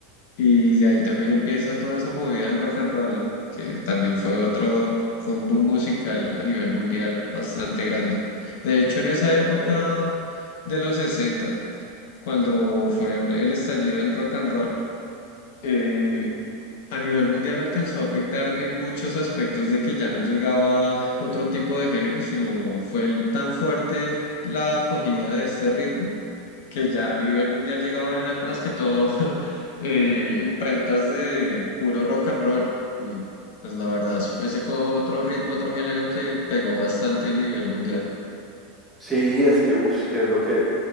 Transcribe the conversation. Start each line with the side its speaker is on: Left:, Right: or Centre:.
Left: Y de ahí también empieza toda esa movida del rock and roll, ¿no? Que también fue otro, fue un boom musical a nivel mundial bastante grande. De hecho, en esa
Centre: Claro.
Left: época de los 60 cuando fue el estallido del rock and roll, eh, A nivel mundial alcanzó a afectar en muchos aspectos de que ya no llegaba otro tipo de género, sino fue el- tan fuerte la acogida de este ritmo que ya a nivel mundial llegaban eran más que todo <laughs> eh, imprentas de puro rock and roll. Y pues la verdad, fue- ese fue otro ritmo, otro género que pegó bastante a nivel mundial,
Centre: Sí, es que, uff, que es lo que